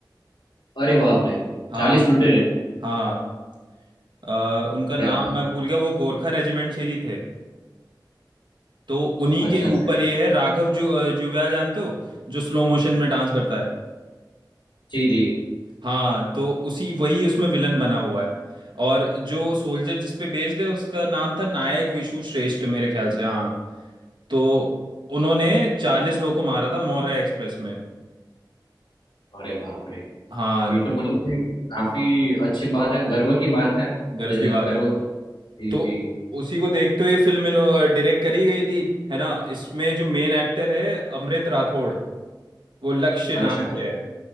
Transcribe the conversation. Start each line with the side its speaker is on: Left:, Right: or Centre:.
Left: अरे बाप रे
Right: हाँ
Left: चालीस लुटेरे
Right: हाँ अ, उनका
Left: क्या
Right: नाम
Left: बात।
Right: मैं भूल गया वो गोरखा रेजिमेंट से ही थे तो उन्हीं
Left: अच्छा
Right: के ऊपर
Left: सर
Right: ये है राघव जु अ, जुव्याल जानते हो जो स्लो मोशन में डांस करता है
Left: जी जी
Right: हाँ तो उसी वही उसमें विलन बना हुआ है और जो सोल्जर जिस पे बेस्ड है उसका नाम था नायक विशु श्रेष्ठ मेरे ख्याल से हाँ तो उन्होंने चालीस लोग को मारा था मौर्य एक्सप्रेस में
Left: अरे बाप रे
Right: हाँ
Left: ये तो मतलब ये काफी अच्छी बात है गर्व की बात है
Right: गर्व
Left: ज-
Right: की बात
Left: गर्व
Right: है
Left: जी
Right: तो
Left: जी
Right: उसी को देखते हुए फिल्म डायरेक्ट करी गई थी है ना इसमें जो मेन एक्टर है अमृत राठौड़ वो लक्ष्य नाम
Left: अच्छा
Right: से है